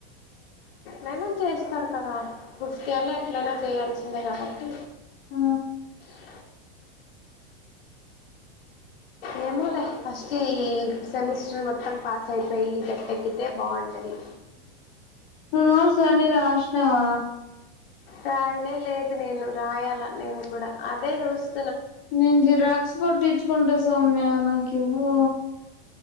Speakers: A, on the left; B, on the left.
A: ఎట్నా చేస్తారు కదా కుుఫయాలో ఎట్లయినా చేయాల్సిందే కాబట్టి
B: ఆ
A: అ ఏమోలే ఫస్ట్ ఈ సెమిస్టర్ మొత్తం పాస్ అయిపోయి గట్టెక్కితే బాగుంటుంది అది
B: నువు నోట్స్ లని రాసినావా
A: రాయనే లేదు నేను రాయాల నేను కూడా అదే చూస్తా
B: నేను జిరాక్స్ పట్టించుకుంటా సౌమ్య నాకివ్వు